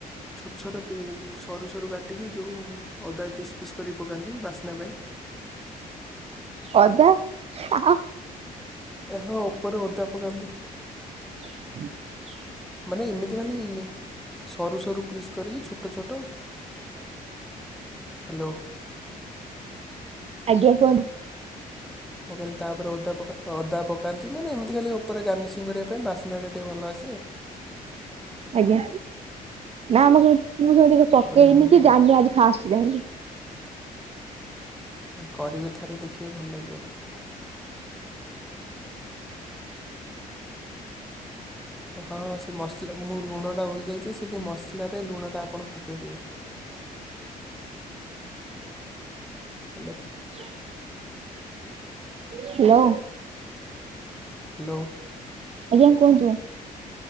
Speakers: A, in the centre; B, on the right.
A: ଛୋଟ ଛୋଟ ପି ସରୁ ସରୁ କାଟିକି ଯୋଉ ଅଦା ପିସ୍ ପିସ୍ କରିକି ପକାନ୍ତି ବାସ୍ନା ପାଇଁ
B: ଅଦା ହା ହା
A: ଏ ହୋ ଓପରେ ଓଦା ପକାନ୍ତି -
B: <inaudible>
A: ମାନେ ଏମିତି ଖାଲି ଇ - ସରୁ ସରୁ ପିସ୍ କରିକି ଛୋଟ ଛୋଟ ହ୍ୟାଲୋ
B: ଆଜ୍ଞା କୁହନ୍ତୁ
A: ମୁଁ କହିଲି ତା ଉପରେ ଓଦା ପକା ଅଦା ପ କାନ୍ତି ମାନେ ଏମିତି କାଲି ଉପରେ ଗାର୍ନିସିଂ କରିବା ପାଇଁ ବାସ୍ନାଟା ଟିକେ ଭଲ ଆସେ -
B: ଆଜ୍ଞା ନା ଆମ ମୁଁ ସେମିତି ପକେଇନି
A: ତାପରେ ହଳଦୀ
B: କି ଜାଣିନି ଆଜି ଫାଷ୍ଟ ଯାଇଁଲି।
A: କରିବେ ଥରେ ଦେଖିବେ ଭଲ ଲାଗିବ। ହଁଁ ସେ ମସଲା ମୁଁ ଲୁଣଟା ଭୁଲି ଯାଇଚି ସେ ଯୋଉ ମସଲାରେ ଲୁଣଟା ଆପଣ ପକେଇଦେବେ। ହ୍ୟାଲୋ।
B: <inaudible> ହ୍ୟାଲୋ।
A: ହ୍ୟାଲୋ।
B: ଆଜ୍ଞା କୁହନ୍ତୁ।